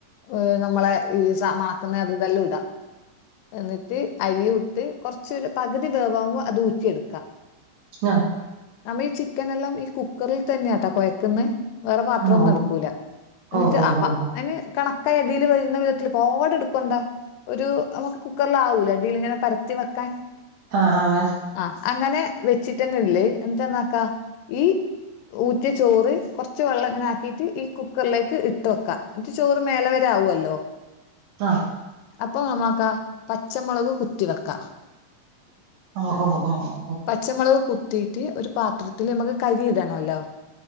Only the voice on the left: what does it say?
ഏഹ് നമ്മളെ ഈ സമാ മണക്കുന്ന അത് ഇതെല്ലാം ഇട എന്നിട്ട് അരിയൂട്ട് കുറച്ചൊരു പകുതി വേവാകുമ്പോൾ അത് ഊറ്റിയെടുക്ക
നമ്മ ഈ ചിക്കനെല്ലാം ഈ കുക്കറിൽ തന്നെയാട്ടോ കൊയ്ക്കുന്നെ വേറെ പാത്രൊന്നും
ഇടുക്കൂല എന്നിട്ട്
അപ്പ
അയിന് കണക്കായ അദിൽ വരുന്ന വിധത്തിൽ പാട് എടുക്കണ്ടാ ഒരു നമുക്ക് കുക്കറിലാവൂലെ അടീലിങ്ങനെ പരത്തി വെക്കാൻ
ആഹ് അങ്ങനെ വെച്ചിട്ടന്ന ഒള്ള് എന്തന്നക്കാ ഈ ഉറ്റിയ ചോറ് കുറച്ച് വെള്ളം ഇങ്ങനേ അക്കിട്ട് ഈ കുക്കറിലേക്ക് ഇട്ട് വെക്കാ എന്നിട് ചോറ് മേലെ വരെ ആവുമല്ലോ
അപ്പൊ നമക്കാ പച്ചമുളക് കുത്തി വെക്കാ
പച്ചമുളക് കുത്തിട്ട് ഒരു പാത്രത്തില് നമ്മുക്ക് കരി ഇടണൊല്ലോ